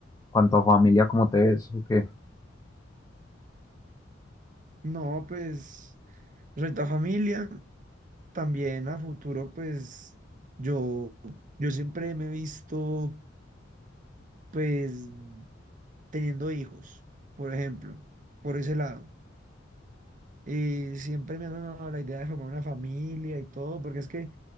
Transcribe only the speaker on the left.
cuanto a familia, ¿cómo te ves? ¿O qué?